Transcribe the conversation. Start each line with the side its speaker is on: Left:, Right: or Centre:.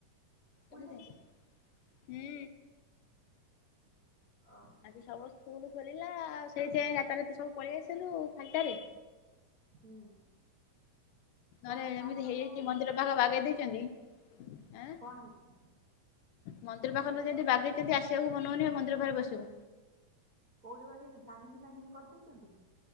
Right: ସ୍କୁଲ
Left: ତମେ
Right: ଯାଇଛ
Left: ଯାଇନ? ହୁଁ।
Right: ଓହୋ
Left: ଆଜି ସବୁ ସ୍କୁଲ ଖୋଲିଲା ଆଉ ସେଇଥି ପାଇଁ ରାତାରାତି ସବୁ ପଳେଇ ଆସିଲୁ ଖାଲିଟାରେ।
Right: ହୁଁ। କଣ
Left: ଆରେ
Right: ଖାଇଲ
Left: ଏମିତି ହେଇଯାଇଛି
Right: କଣ କାଲି
Left: ମନ୍ଦିର ପାଖ ବାଗେଇ ଦେଇଛନ୍ତି ଏଁ।
Right: କଣ ହେଇଛି?
Left: ମନ୍ଦିର ପାଖ ଯେମିତି ବାଗେଇଛନ୍ତି ଆସିବାକୁ ମନହଉନି ମନ୍ଦିର ପାଖରେ ବସିବୁ।
Right: କୋଉଠି ବାଡେଇଛନ୍ତି ଚାନ୍ଦିନୀ ଫାନ୍ଦିନି କରିଦେଇଛନ୍ତି?